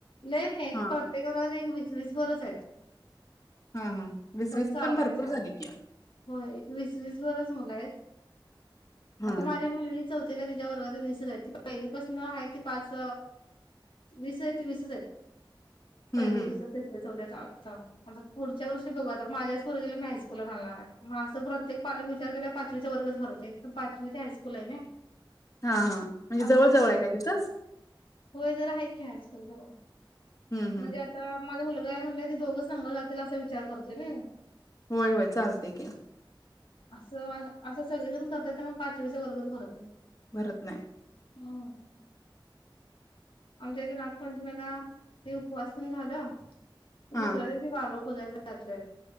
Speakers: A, on the left (about 85°); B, on the left (about 40°).
A: नाही नाही
B: हा
A: प्रत्येक घरात एक वीस वीस भरचं आहेत.
B: हा हा वीस
A: पण
B: वीस
A: चालूय
B: भरपूर
A: शाळा
B: झाली की.
A: होय एक वीस वीस भरच मुलं आहेत
B: हा
A: आता माझ्या मुलगी चौथीला तिच्या वर्गात वीस आहे त पहिलीपासन आहे ती पाच वीस आहे वीसच आहेत. पहिलं
B: हं हं
A: दुसरं तिसरं आता पुढच्या वर्षी बघू आता माझ्याच मुलगीला मी हायस्कूलला घालणार आहे अस प्रत्येक पालक विचार केल्यावर पाचवीचा वर्गच भरत नाहीत तर पाचवी ते हायस्कूल आहे ना.
B: हा हा म्हणजे
A: असं
B: जवळ
A: होतंय
B: जवळ आहे काय तिथंच.
A: होय जरा हाय की हायस्कूल जवळ.
B: हं हं
A: म्हणजे आता माझ्या मुलग्याला म्हटलं. दोघे संग जातील असा विचार करतोय नई.
B: होय होय चालते की
A: असं. असं सगळेजण करत्यात त्यामुळं मग पाचवीचा वर्गच भरत नहीत.
B: भरत नायं.
A: हो आमच्या इथं नागपंचमीला ते उपवास तेनं झालं
B: हा
A: दुसऱ्या दिवशी वारूळ पुजायला घातले.